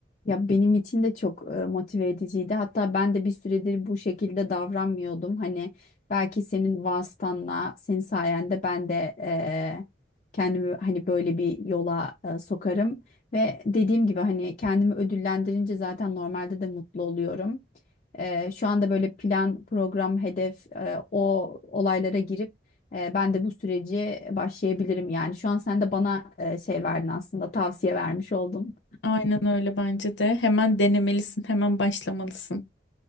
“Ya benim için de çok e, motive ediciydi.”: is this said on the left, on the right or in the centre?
Left